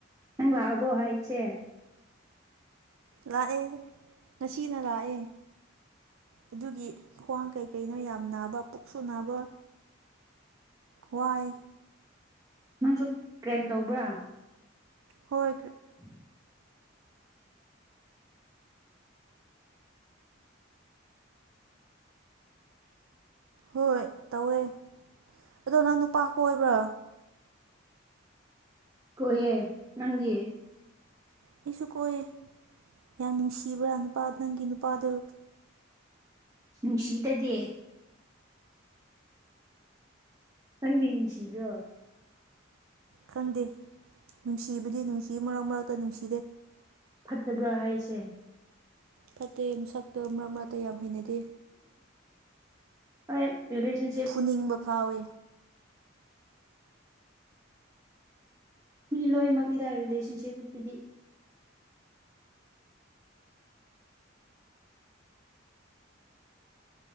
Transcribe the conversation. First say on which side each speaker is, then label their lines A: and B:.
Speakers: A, on the right; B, on the right.
A: ꯅꯪ ꯂꯥꯛꯑꯕꯣ ꯍꯥꯏꯁꯦ
B: ꯂꯥꯛꯑꯦ ꯉꯁꯤꯅ ꯂꯥꯛꯑꯦ ꯑꯗꯨꯒꯤ ꯈ꯭ꯋꯥꯡ ꯀꯩ ꯀꯩꯅꯣ ꯌꯥꯝ ꯅꯥꯕ ꯄꯨꯛꯁꯨ ꯅꯥꯕ ꯋꯥꯏ
A: ꯅꯪꯁꯨ ꯀ꯭ꯔꯦꯝ ꯇꯧꯕ꯭ꯔꯥ
B: ꯍꯣꯏ
A: <unintelligible>
B: ꯍꯣꯏ ꯇꯧꯋꯦ ꯑꯗꯣ ꯅꯪ ꯅꯨꯄꯥ ꯀꯣꯏꯕ꯭ꯔꯥ
A: ꯀꫭꯏꯌ‌ꯦ ꯅꯪꯗꯤ
B: ꯑꯩꯁꯨ ꯀꯣꯏꯌꯦ ꯌꯥꯝ ꯅꯨꯡꯁꯤꯕ꯭ꯔꯥ ꯅꯨꯄꯥ ꯅꯪꯒꯤ ꯅꯨꯄꯥꯗꯨ
A: ꯅꯨꯡꯁꯤꯇꯗꯤ ꯅꯪꯗꯤ ꯅꯨꯡꯁꯤꯗ꯭ꯔꯣ
B: ꯈꯪꯗꯦ ꯅꯨꯡꯁꯤꯕꯗꯤ ꯅꯨꯡꯁꯤ ꯃꯔꯛ ꯃꯔꯛꯇ ꯅꯨꯡꯁꯤꯗꯦ
A: ꯐꯠꯇꯕ꯭ꯔꯥ ꯍꯥꯏꯁꯦ
B: ꯐꯠꯇꯦ ꯁꯛꯇꯣ ꯃꯔꯛ ꯃꯔꯛꯇ ꯌꯥꯝ ꯍꯩꯅꯗꯦ
A: ꯍ ꯏꯂꯁꯟꯁꯤꯞ <inaudible>
B: ꯐꯨꯅꯤꯡꯕ ꯐꯥꯎꯋꯦ
A: ꯃꯤ ꯂꯣꯏꯅꯃꯛꯅꯤꯗ ꯔꯤꯂꯦꯁꯟꯁꯤꯞꯀꯤ ꯇꯗꯤ